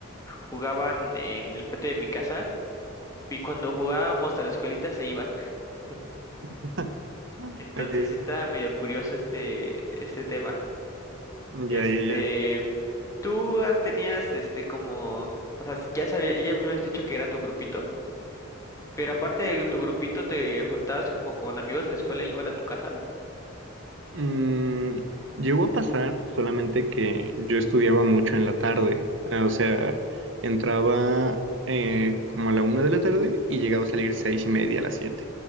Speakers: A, on the left; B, on the right.
A: jugaban en el patio de mi casa y cuando jugábamos a la escuelita se iban. <laughs>
B: <laughs>
A: Entonces
B: Ok,
A: sí estaba medio curioso este, este tema. Este,
B: ya, ya, ya.
A: Tú has- tenías este como, o sea, ya sabía, ya me habías dicho que era tu grupito, pero aparte de tu grupito te juntabas como con amigos de la escuela y iban a tu casa.
B: Mm, llegó a pasar solamente que yo estudiaba mucho en la tarde, eh, o sea, entraba eh, como a la una de la tarde y llegaba a salir seis y media a las siete.